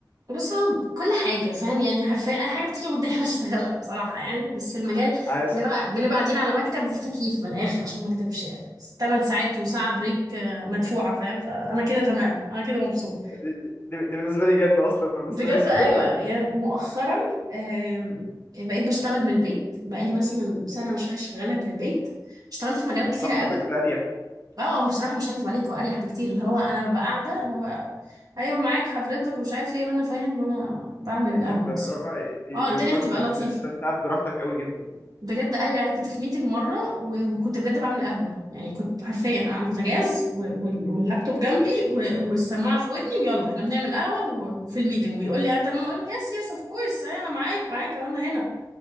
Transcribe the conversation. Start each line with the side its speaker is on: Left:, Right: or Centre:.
Right: بص هو كل حاجة فاهم يعني حرفيا أي حاجة بتيجي قدامي <laughs> بشتغلها بصراحة يعني بس في المجال
Left: عايش
Right: لا بنبقى قاعدين على مكتب وفي تكييف من الآخر عشان ما أكدبش يعني بس تمن ساعات وساعة بريك آه، مدفوعة فاهم فأنا كده تمام أنا كده مبسوطة
Left: دي, دي, دي دي بالنسبة لي جنة أصلا بس
Right: بجد
Left: ماشي
Right: أيوة
Left: <laughs>
Right: يعني مؤخرا آم، بقيت بشتغل من البيت بقالي مثلا سنة وشوية شغالة من البيت اشتغلت في مجالات
Left: طب
Right: كتيرة
Left: تحفة
Right: قوي
Left: ده كده أريح
Right: اه هو بصراحة مش هكدب عليك هو أريح بكتير اللي هو أنا ببقى قاعدة اللي هو أيوة معاك حضرتك ومش عارف ايه وأنا فاهم وأنا بعمل
Left: إيه
Right: قهوة
Left: أنت اللي
Right: مثلا
Left: هو your
Right: اه الدنيا
Left: personal
Right: بتبقى لطيفة
Left: space فأنت قاعد براحتك قوي جدا
Right: بجد ايوه يعني كنت في ميتنج مره و- وكنت بجد بعمل قهوه يعني كنت حرفيا على البوتاجاز و- وال- واللابتوب جنبي و- والسماعه في ودني ويلا احنا بنعمل قهوه و- وفي الميتنج ويقول لي اه تمام اقول له يس يس اوف كورس انا معاك معاك اهو انا هنا